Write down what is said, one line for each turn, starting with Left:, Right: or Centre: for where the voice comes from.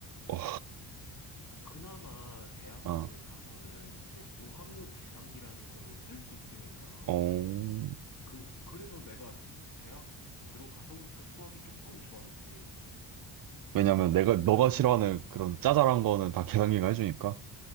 Right: 어,
Left: 그나마 대학교를
Right: 아,
Left: 가서는 이제 공학용 계산기라는 거를 쓸 수 있으니까
Right: 어.
Left: 그 그래서 내가 대학 들어가서부터 수학이 조금 좋아졌지.
Right: 왜냐면
Left: 고등학교
Right: 내가
Left: 때까지는
Right: 너가 싫어하는 그런 짜잘한 거는 다 계산기가 해주니까.